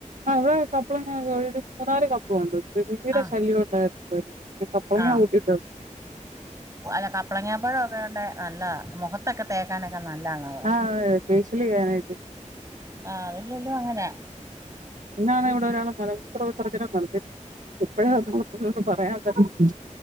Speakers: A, on the right (about 75°); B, on the right (about 25°).
A: ആഹ് ഇവിടെ കപ്പളങ്ങ മൂന്നാല് കപ്പളുണ്ട് പിരികടെ
B: ആ
A: ശല്യം ഉണ്ടായിട്ടുണ്ടല്ലോ കപ്പളങ്ങ
B: ആ
A: ഊട്ടിത്തെ
B: അല്ല കപ്പളങ്ങാപ്പഴൊക്കേണ്ടെ നല്ലതാ മുഖത്തൊക്കെ തേക്കാനൊക്കെ നല്ലാന്നാ
A: ആഹ് ഫെയ്ഷലെയ്യാനായ്ട്ട്
B: ആഹ് അതെല്ലേല്ലും അങ്ങന
A: ഇന്നാണ് ഇവിടെ ഒരാള് മലമൂത്ര വിസർജ്നം നടത്തി ഇപ്പഴന്ന് പറയാൻ പറ്റ